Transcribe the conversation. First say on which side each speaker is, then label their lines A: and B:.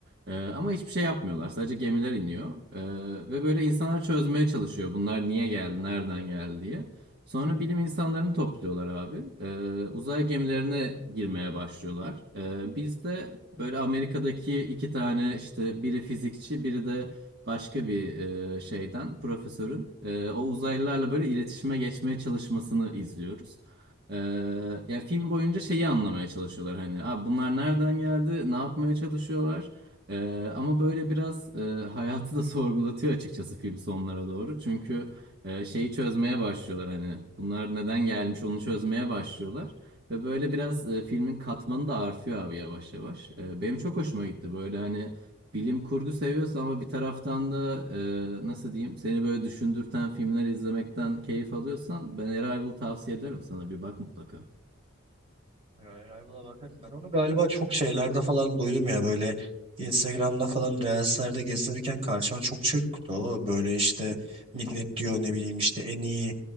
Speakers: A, on the right (about 50°); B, on the right (about 30°).
A: E, ama hiçbir şey yapmıyorlar. Sadece gemiler iniyor. E, ve böyle insanlar çözmeye çalışıyor. Bunlar niye geldi, nereden geldi diye. Sonra bilim insanlarını topluyorlar abi. E, uzay gemilerine girmeye başlıyorlar. E, biz de böyle Amerika'daki iki tane işte biri fizikçi, biri de başka bir e, şeyden profesörün e, o uzaylılarla böyle iletişime geçmeye çalışmasını izliyoruz. Ee, ya film boyunca şeyi anlamaya çalışıyorlar hani abi bunlar nereden geldi ne yapmaya çalışıyorlar Ee, ama böyle biraz e, hayatı da <laughs> sorgulatıyor açıkçası film sonlara doğru çünkü e, şeyi çözmeye başlıyorlar hani bunlar neden gelmiş onu çözmeye başlıyorlar ve böyle biraz e, filmin katmanı da artıyor abi yavaş yavaş Ee, benim çok hoşuma gitti böyle hani Bilim kurgu seviyorsun ama bir taraftan da e, nasıl diyeyim seni böyle düşündürten filmler izlemekten keyif alıyorsan ben Arrival tavsiye ederim sana bir bak mutlaka.
B: Rival'a bakarım. Ben onu galiba çok şeylerde falan duydum ya böyle Instagram'da falan Reels'lerde gezinirken karşıma çok çırptı o. Böyle işte millet diyor ne bileyim işte en iyi